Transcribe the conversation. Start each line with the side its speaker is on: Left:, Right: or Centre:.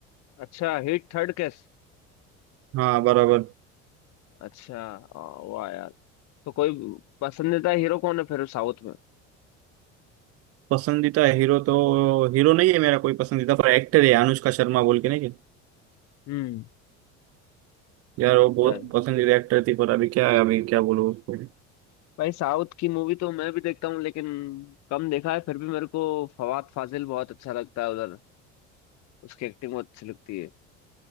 Left: अच्छा हिट थर्ड केस
Right: हाँ बराबर
Left: अच्छा आ, वाह यार तो कोई पसंदीदा हीरो कौन है फिर साउथ में
Right: पसंदीदा हीरो तो हीरो नहीं है मेरा कोई पसंदीदा पर एक्टर है अनुष्का शर्मा बोल के नहीं क्या?
Left: हम्म
Right: यार वो बहुत
Left: यार
Right: पसंदीदा एक्टर थी पर अभी क्या है अभी क्या बोलूँ उसको
Left: भाई साउथ की मूवी तो मैं भी देखता हूँ लेकिन कम देखा है फिर भी मेरे को फवाद फाजिल बहुत अच्छा लगता है उधर उसकी एक्टिंग बहुत अच्छी लगती है